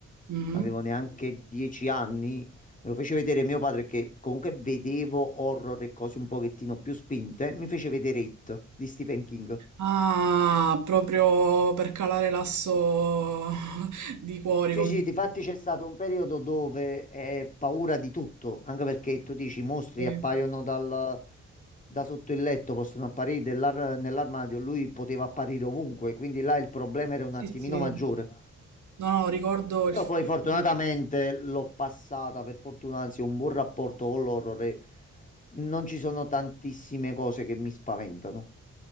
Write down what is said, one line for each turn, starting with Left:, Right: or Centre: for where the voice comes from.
Right: Mhm.
Left: non avevo Mhm. neanche dieci anni, me lo fece vedere mio padre che comunque vedevo horror e cose un pochettino più spinte, mi fece vedere It di Stephen King.
Right: Ah, proprio per calare l'asso <laughs> di cuori,
Left: Sì,
Right: come...
Left: sì, difatti c'è stato un periodo dove è paura di tutto, anche perché tu dici i mostri
Right: Sì.
Left: appaiono dal, da sotto il letto, possono apparire dell'ar- nell'armadio, lui poteva apparire ovunque, quindi là il problema era un
Right: Sì,
Left: attimino
Right: sì.
Left: maggiore.
Right: No, no, ricordo
Left: Però
Right: il film.
Left: poi fortunatamente l'ho passata, per fortuna, anzi, ho un buon rapporto con l'horror e non ci sono tantissime cose che mi spaventano.